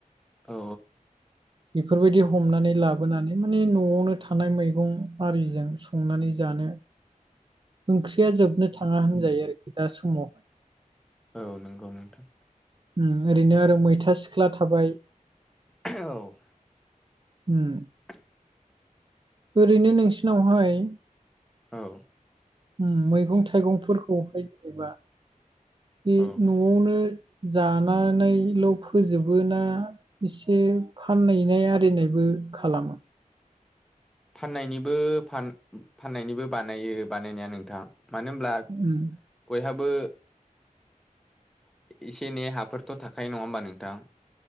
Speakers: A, in the centre; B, on the right (about 35°).
A: औ
B: बेफोरबायदि हमनानै लाबोनानै माने न'आवनो थानाय मैगं आरिजों संनानै जानो ओंख्रिया जोबनो थाङा होनजायो आरोखि दा समावहाय।
A: औ नोंगौ नोंथां।
B: अम ओरैनो आरो मैथा सिख्ला थाबाय।
A: औ
B: अम
A: <inaudible>
B: ओरैनो नोंसिनावहाय
A: औ
B: अम मैगं थाइगंफोरखौहाय जेनेबा बे
A: औ
B: न' आवनो जानानैल' फोजोबो ना एसे फानहैनाय आरिनायबो खालाम।
A: फाननायनिबो-फान -फाननायनिबो बानायो बानायनाया नोंथां मानो होन ब्ला
B: उम
A: बयहाबो एसे एनै हाफोरथ' थाखायो नङा होमबा नोंथां।